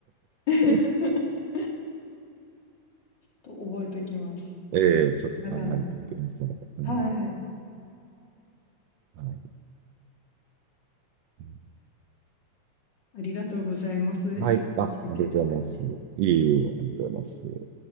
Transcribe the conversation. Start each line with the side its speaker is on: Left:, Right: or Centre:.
Left: <laughs>
Right: <laughs>
Left: と覚えておきます。
Right: ええちょっと考えてみてください。
Left: 長野。
Right: うん
Left: はい。
Right: はいうん
Left: ありがとうございます。
Right: はい。
Left: いろいろ教えていただいて。
Right: あ、ありがとうございます。いえいえ、ありがとうございます。